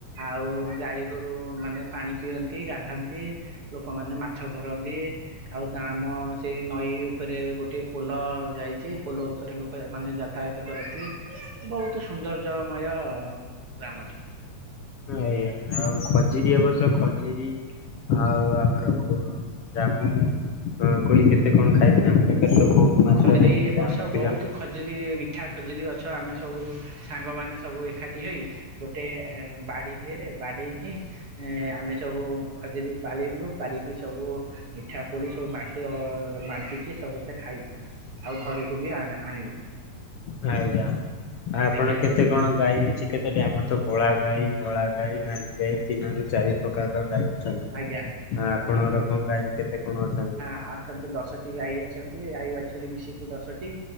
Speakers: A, on the right; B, on the left.
A: ଆଉ ଗାଈ ଗୋରୁ ମାନେ ପାଣି ପିଅନ୍ତି ଗାଧାନ୍ତି। ଲୋକମାନେ ମାଛ ଧରନ୍ତି। ଆଉ ଗ ଆମ ସେଇ ନଈ ଉପରେ ଗୋଟେ ପୋଲ ଯାଇଛି। ପୋଲ ଉପରେ ଲୋକ ମାନେ ଯ ତାୟତ କରନ୍ତି ବହୁତ ସୁୌନ୍ଦର୍ଯ୍ୟମୟ ଗ୍ରାମଟି।
B: <inaudible> <inaudible>
A: ଖଡିରି
B: ହେଇଥିଲା
A: ଏବ ବର୍ଷ
B: ଆମ
A: ବହୁତ
B: ପିଲା
A: ଖଜୁରୀ ମିଠା ଖଜୁରୀ ଗଛ ଆମେ ସବୁ ସାଙ୍ଗମାନେ ସବୁ ଏକାଠି ହୋଇ ଗୋଟେ ବାଡି ଝିଅରେ ବାଡେଇକି ଏ ଆମେ ସବୁ ଖଜୁରୀ ପାରିଲୁ। ପାରିକି ସବୁ ମିଠା କୋଳି ସବୁ ବାଣ୍ଟି ବାଣ୍ଟିଛି ସମସ୍ତେ ଖାଇଲୁ। ଆଉ ଘରକୁ ବି ଆ ଆଣିଲୁ।
B: <unintelligible>
A: ଆଜ୍ଞା
B: କେତେ କଣ ଗାଈ ଅଛି କେତେଟ ଆମର ତ କଳା ଗାଈ, ଧଳା ଗାଈ, ନାଲି ଗାଈ, ତିନରୁ ଚାରି ପ୍ରକାରର ଗାଈ ଅଛନ୍ତି।
A: ଆଜ୍ଞା।
B: ଆ ଆପଣଙ୍କର କଣ ଗାଈ କେତେ କଣ ଅଛନ୍ତି?
A: ଅଛନ୍ତି ଦଶଟି ଗାଈ ଅଛନ୍ତି ଗାଈ ବାଛୁରୀ ମିଶିକି ଦଶଟି।